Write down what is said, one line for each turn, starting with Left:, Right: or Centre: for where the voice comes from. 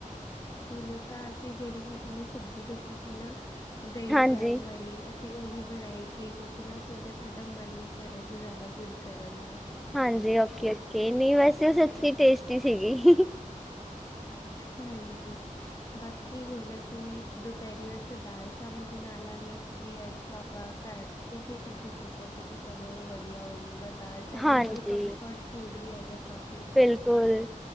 Left: ਓਨੇ ਤਾਂ ਅਸੀਂ ਜੇੜੀ ਮੈਂ ਥੋਨੂੰ ਸਬਜ਼ੀ ਦੱਸੀ ਸੀ ਨਾ ਦਹੀਂ
Centre: ਹਾਂਜੀ-ਹਾਂਜੀ।
Left: ਪਿਆਜ਼ ਵਾਲੀ, ਅਸੀਂ ਉਹੀ ਬਣਾਈ ਸੀ ਕਿਉਂਕਿ ਨਾ ਸਵੇਰੇ ਸਾਡਾ ਮਨ ਨਹੀਂ ਕਰ ਰਿਹਾ ਸੀ, ਜ਼ਿਆਦਾ ਕੁਝ ਕਰਨ ਦਾ।
Centre: ਹਾਂਜੀ ਓਕੇ -ਓਕੇ ਨਹੀਂ ਵੈਸੇ ਉਹ ਸੱਚੀ ਟੇਸਟੀ ਸੀਗੀ।
Left: ਹਾਂਜੀ। ਬਾਕੀ ਹੁਣ ਅਸੀਂ ਦੁਪਹਿਰੀ ਵਾਸਤੇ ਦਾਲ ਚਾਵਲ ਬਣਾ ਲਾਂਗੇ। ਕਿ ਅੱਜ ਪਾਪਾ ਘਰ ਰੁਕੇ ਸੀ, ਤੇ ਅਸੀਂ ਸੋਚਿਆ ਸੀ ਕਿ ਚਲੋ ਵਧੀਆ ਹੋਜੂਗਾ। ਦਾਲ
Centre: ਹਾਂਜੀ-ਹਾਂਜੀ,
Left: ਚਾਵਲ ਨਾਲੇ ਕੰਫਰਟ ਫੂਡ ਵੀ ਹੈਗਾ ਕਾਫੀ।
Centre: ਬਿਲਕੁਲ,